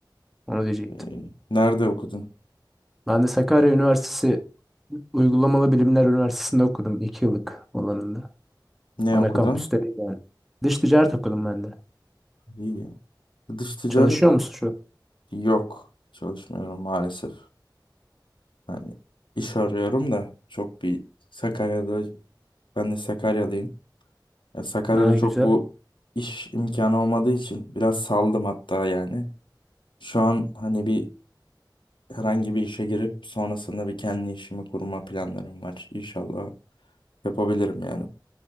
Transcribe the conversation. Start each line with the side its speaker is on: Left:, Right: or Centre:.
Centre: Onu diyecektim.
Left: misin? Ee, nerede okudun?
Centre: Ben de Sakarya Üniversitesi Uygulamalı Bilimler Üniversitesi'nde okudum. iki yıllık olanında.
Left: Ne
Centre: Ana
Left: okudun?
Centre: kampüste değil yani. Dış ticaret okudum ben de.
Left: İyi. Dış ticaret
Centre: Çalışıyor musun şu?
Left: yok. Çalışmıyorum maalesef. Yani iş arıyorum da çok bir Sakarya'da Ben de Sakaryalıyım. Ya Sakarya'da
Centre: an? Ha,
Left: çok
Centre: güzel.
Left: bu iş imkanı olmadığı için biraz saldım hatta yani. Şu an hani bir herhangi bir işe girip sonrasında bir kendi işimi kurma planlarım var. İnşallah yapabilirim yani.